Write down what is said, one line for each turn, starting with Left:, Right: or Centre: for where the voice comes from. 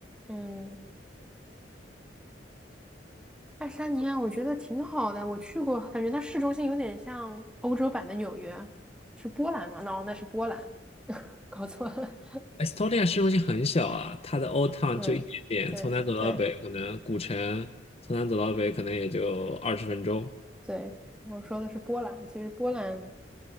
Centre: 嗯。爱沙尼亚我觉得挺好的，我去过，感觉它市中心有点像欧洲版的纽约，是波兰吗？no，那是波兰，搞错了。
Left: Estonia 市中心很小啊，它的 old
Centre: <laughs>
Left: town
Centre: 嗯，
Left: 就一点点，
Centre: 对对
Left: 从南走到北，可能古城从南走到北可能也就二十分钟。
Centre: 对，我说的是波兰，其实波兰